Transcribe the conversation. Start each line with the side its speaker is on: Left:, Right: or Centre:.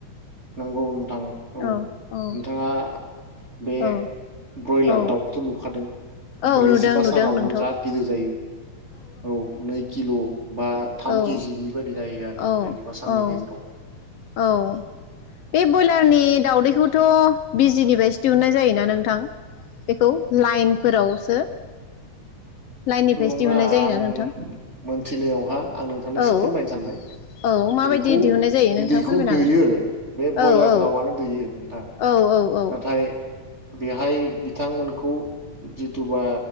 Right: नोंगौ नोंथां।
Left: औ औ
Right: नोंथाङा बे
Left: औ
Right: ब्रयलार
Left: औ
Right: दाउखौथ नुखादों?
Left: औ
Right: ब्रैजिबा
Left: नुदों नुदों
Right: सानावनो
Left: नोंथौ
Right: जा गिदिर जायो। औ नै किल' बा थाम
Left: औ
Right: केजि बिबा दि जायो आरो
Left: औ
Right: ब्रैजिबा साननि
Left: औ
Right: गेजेरावनो।
Left: औ बे ब्रयलारनि दावदैखौथ बि जिनिफ्रायसो दिहुननाय जायोना नोंथां बेखौ लाइनफोरावसो लाइननिफ्रायसो
Right: नङा
Left: दिहुननाय जायोना
Right: आं
Left: नोंथां
Right: मोनथिनायावहा आं नोंथांनो
Left: औ
Right: एसे फोरमायनो सानबाय
Left: औ माबायदि
Right: बेखौ
Left: दिहुननाय जायो
Right: बि
Left: नोंथां
Right: दैखौ
Left: फोरमायनो
Right: दैयो बे ब्रयलार
Left: हागोन
Right: दाउआनो दैयो नोंथां।
Left: औ औ
Right: नाथाय बेहाय बिथांमोनखौ जिथु बा